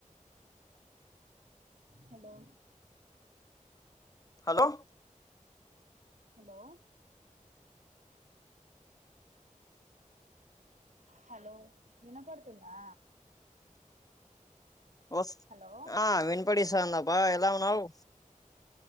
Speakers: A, on the right; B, on the left.
A: హలో
B: హలో
A: హలో హలో వినపడుతుందా
B: వస్
A: హలో
B: ఆ వినపడి సార్ అందాపా ఎలా ఉన్నావు